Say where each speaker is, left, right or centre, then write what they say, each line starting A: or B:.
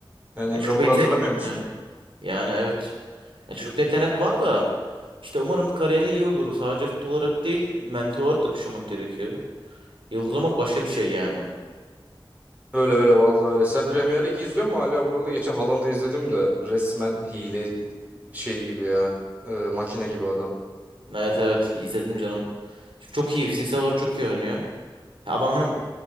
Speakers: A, on the right; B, on the right.
A: Yani Emre
B: Ya çocuk
A: Mor'u
B: yetenek...
A: hatırlamıyor musun?
B: Yani evet. Ya çocukta yetenek var da işte umarım kariyeri iyi olur. Sadece futbol olarak değil, mental olarak da güçlenmek gerekiyor. Yıldız olmak başka bir şey yani.
A: Öyle öyle vallahi öyle. Sen Premier Ligi izliyor musun hala bu arada? Geçen Haaland'ı izledim de resmen hile şey gibi ya. Ee, makine gibi adam.
B: Evet evet izledim canım. Çok iyi fiziksel olarak çok iyi oynuyor. Ya Adam hem